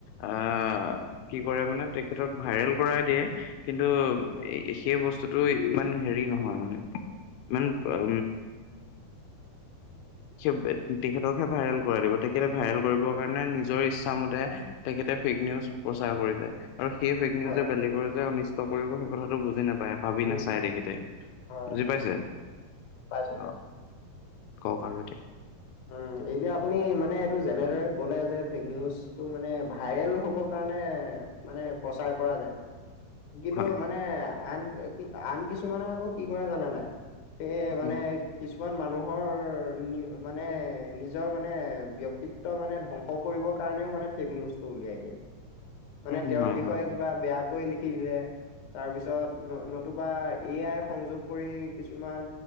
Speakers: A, on the left; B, on the left.
A: আহ কি কৰে মানে তেখেতক ভাইৰেল কৰাই দিয়ে কিন্তু
B: উম,
A: সেই বস্তু তটো ইমান হেৰি নহয় মানে ইমান উ স তেখেতকহে ভাইৰেল কৰাই দিব তেখেতে ভাইৰেল কৰিবৰ কাৰণে নিজৰ ইচ্ছা মতে তেখেতে ফেক নিউজ প্ৰচাৰ কৰিছে আৰু সেই ফেক নিউজে
B: হয়, হয়,
A: বেলেগৰ যে কৰিব সেই কথাটো বুজি নাম ভাবি
B: উম,
A: নাচাই দেখেতে
B: হয়,
A: বুজি
B: হয়,
A: পাইছে
B: পাইছো পাইছো
A: অ কওক আৰু এতিয়া
B: উম এতিয়া আপুনি মানে এইটো যেনেদৰে ক'লে যে ফেক নিউজটো মানে ভাইৰেল হ'বৰ কাৰণে মানে প্ৰচাৰ কৰা যায় কিন্তু
A: হয়
B: মানে আন আন কিছুমানে আকৌ, কি কৰে জানা নাই! এ,
A: উম
B: মানে কিছু কিছমান মানুহৰ নিজৰ মানে নিজৰ মানে, ব্যক্তিত্ব মানে ধ্বংস কৰিবৰ কাৰণেও মানে, ফেক নিউজটো উলিয়াই দিয়ে। মানে,
A: উম
B: তেওঁৰ
A: হয়
B: বিষয়ে
A: হয়
B: কিবা বেয়া কৈ লিখি দিলে। তাৰপিছত নতুবা এ আই সংযোগ কৰি কিছুমান